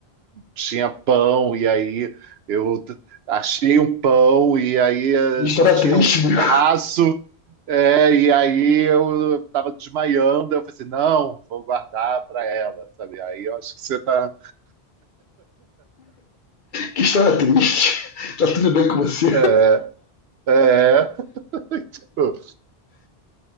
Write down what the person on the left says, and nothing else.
Que história
triste,
meu.
que estava triste. <laughs> Tá tudo bem com você?